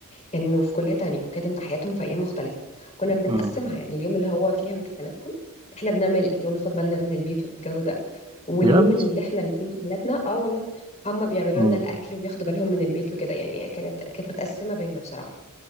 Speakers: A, on the left; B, on the right.
A: كانوا في كلية تانية وكانت امتحاناتهم في أيام مختلفة كنا بنقسمها
B: آه.
A: يعني اليوم اللي هو فيها امتحاناتهم احنا بنعمل الأكل وناخد بالنا من البيت والجو ده واليوم
B: بجد
A: اللي احنا اللي فيه امتحاناتنا اه والله هم بيعملوا
B: مم.
A: لنا الأكل وبياخدوا بالهم من البيت وكده يعني كانت كانت متقسمة بينا بصراحة